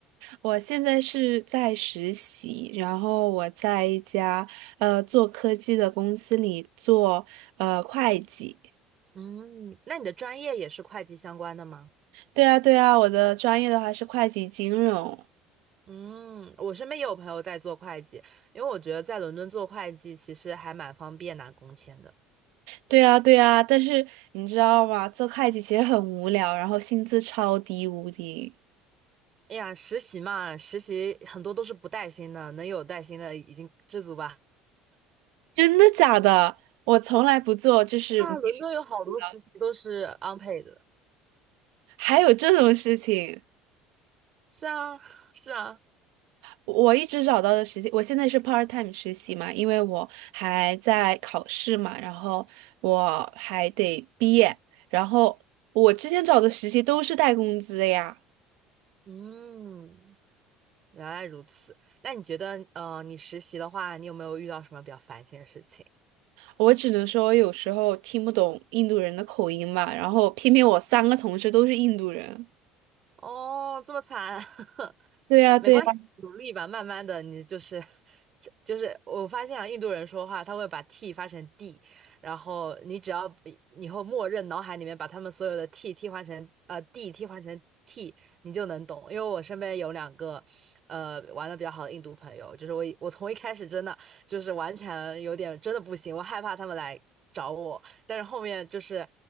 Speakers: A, on the right; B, on the right.
A: 我现在是在实习，然后我在一家呃做科技的公司里做呃会计。
B: 嗯，那你的专业也是会计相关的吗？
A: 对啊，对啊，我的专业的话是会计金融。
B: 嗯，我身边也有朋友在做会计，因为我觉得在伦敦做会计其实还蛮方便拿工签的。
A: 对呀，对呀，但是你知道吗？做会计其实很无聊，然后薪资超低无敌。
B: 哎呀，实习嘛，实习很多都是不带薪的，能有带薪的已经知足吧。
A: 真的假的？我从来不做，就是没有
B: 那伦敦有好多实习都是
A: 的
B: unpaid 的。
A: 还有这种事情。
B: 是啊，<laughs> 是啊，
A: 我一直找到的实习，我现在是 part time 实习嘛，因为我还在考试嘛，然后我还得毕业，然后我之前找的实习都是带工资的呀。
B: 嗯，原来如此。那你觉得，呃，你实习的话，你有没有遇到什么比较烦心的事情？
A: 我只能说有时候听不懂印度人的口音嘛，然后偏偏我三个同事都是印度人。
B: 哦，这么惨，<laughs>
A: 对呀，
B: 没关系，
A: 对呀，
B: 努力吧，慢慢的，你就是，这就是我发现啊，印度人说话他会把 t 发成 d，然后你只要以以后默认脑海里面把他们所有的 t 替换成呃 d 替换成 t，你就能懂。因为我身边有两个，呃，玩的比较好的印度朋友，就是我我从一开始真的就是完全有点真的不行，我害怕他们来找我，但是后面就是，